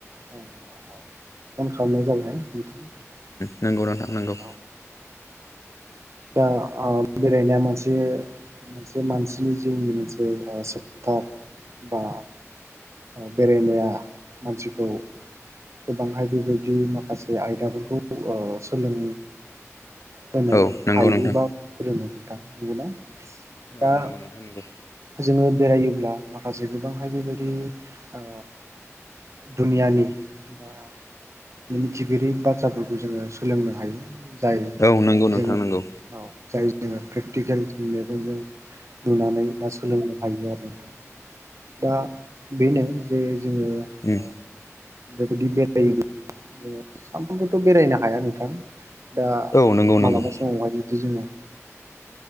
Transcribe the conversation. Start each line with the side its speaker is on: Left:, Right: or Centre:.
Right: फन खालामनाय जाबाय नोंथां
Left: नोंगौ नोंथां नोंगौ
Right: औ दा ओ बेरायनाया मोनसे मोनसे मानसिनि जिउनि मोनसे सेप्टार बा ओ बेरायनाया मानसिखौ गोबांहाय बेबायदिनो माखासे आयदाफोरखौ ओह सोलों होनो
Left: औ नंगौ
Right: हायोबा
Left: नोंथां
Right: फोरोङो नोंथां नंगौना
Left: औ
Right: दा
Left: नंगौ नोंथां नंगौ
Right: जोङो बेरायो अब्ला माखासे गोबांहाय बेबायदि ओ दुनियानि बा मिथिगिरियै बाथ्राफोरखौ जोङो सोलोंनो हायो जाय
Left: औ नंगौ नोंथां
Right: जोङो
Left: नोंगौ
Right: औ जाय जोङो प्रेकटिकेल जों मेगनजों नुनानै बा सोलोंनो हायो आरो नोंथां दा बेनो जे जोङो ओ
Left: उम
Right: बेबायदि बेरायो जोङो सानफ्रोमबोथ' बेरायनो हाया नोंथां दा
Left: औ नंगौ नंगौ
Right: मालाबा समावहाय जुदि जोङो